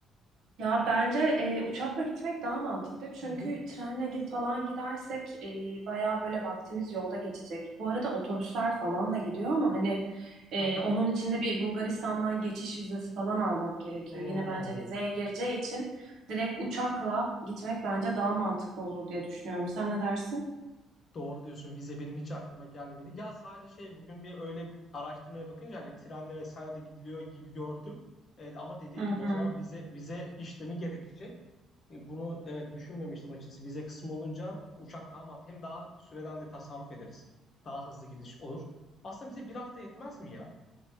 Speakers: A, on the right (about 65°); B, on the left (about 50°).
A: ya bence e, uçakla gitmek daha mantıklı. Çünkü
B: Hı hı.
A: trenle gid falan gidersek e, bayağı böyle vaktimiz yolda geçecek. Bu arada otobüsler falan da gidiyor ama hani e,
B: Aha.
A: onun içinde bir Bulgaristan'dan geçiş vizesi falan almak gerekiyor.
B: Hmm.
A: Yine bence vizeye gireceği için direkt uçakla gitmek bence daha mantıklı olur diye düşünüyorum. Sen ne dersin?
B: Doğru diyorsun. Vize benim hiç aklıma gelmedi. Ya sadece şey bugün bir öyle araştırmaya bakınca hani trenle vesaire de gidiliyor gibi gördüm. Evet, ama dediğin
A: Hı
B: gibi
A: hı.
B: o zaman vize vize işlemi gerekecek. E, Bunu evet düşünmemiştim açıkçası. Vize kısmı olunca uçak daha mat hem daha süreden de tasarruf ederiz. Daha hızlı gidiş olur. Aslında bize bir hafta yetmez mi ya?